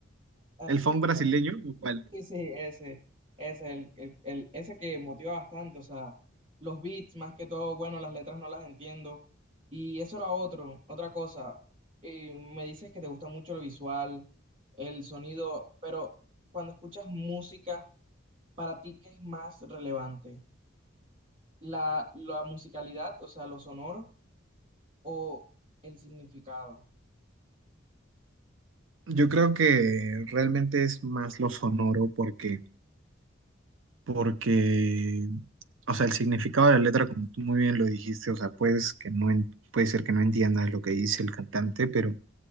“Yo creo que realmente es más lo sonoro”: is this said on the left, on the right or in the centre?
Right